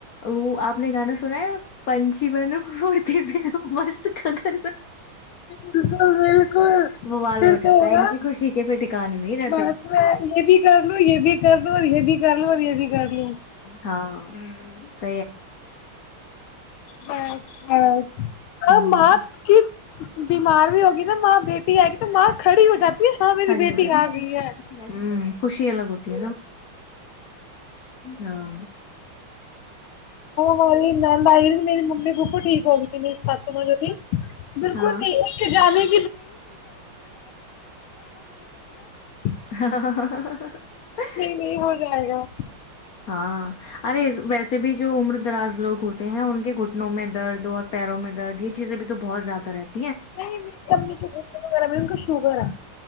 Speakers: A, on the left; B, on the left.
A: وہ آپ نے گانا سنا ہے پنچی بن م ک کر
B: بالکل بالکل
A: موالا
B: پھر
A: ہو جاتا
B: تو ہوگا
A: ہے ان کی خوشی کے پہ ٹکانے نہیں رہتے
B: بس میں یہ بھی کر لوں یہ بھی کر لوں اور یہ بھی کر لوں اور یہ بھی کر لوں
A: ہاں س
B: اور
A: ہ
B: ماں کی بیمار بھی ہو جا <inaudible> <inaudible> ماں بیٹی ہے ایک توم ماں کھڑی ہو جاتی ہے ہاں میری
A: ساڑھے
B: بیٹی
A: ہزار
B: آ گئی ہے
A: ہوں خوشی لگی ہاں
B: مولی نند ائی میری ممی پھپی ٹھیک ہو گئی میری ساسو ماں جو تھی بالکل
A: ہاں
B: نہیں اس کے جانے
A: <inaudible>
B: <inaudible> یہ ہو جائے گا
A: ہاں ارے ویسے بھی جو عمر دراز لوگ ہوتے ہیں ان کے گھٹنوں میں درد اور پیروں میں درد یہ چیزیں بھی تو بہت زیادہ ترقی
B: نہیں مری امی وغیرہ میں شگرا